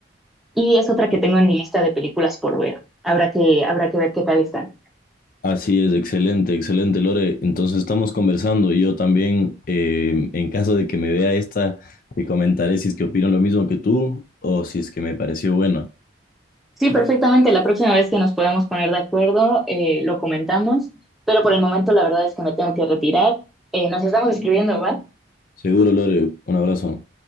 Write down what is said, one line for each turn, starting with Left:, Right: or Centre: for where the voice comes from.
Centre: y es otra que tengo en mi lista de películas por ver. Habrá que, habrá que ver qué tal está.
Left: Así es, excelente, excelente, Lore. Entonces estamos conversando y yo también, eh, en caso de que me vea esta, te comentaré si es que opino lo mismo que tú o si es que me pareció buena.
Centre: Sí, perfectamente. La próxima vez que nos podamos poner de acuerdo, eh, lo comentamos, pero por el momento la verdad es que me tengo que retirar. Eh, nos estamos escribiendo, ¿va?
Left: Seguro, Lore, un abrazo.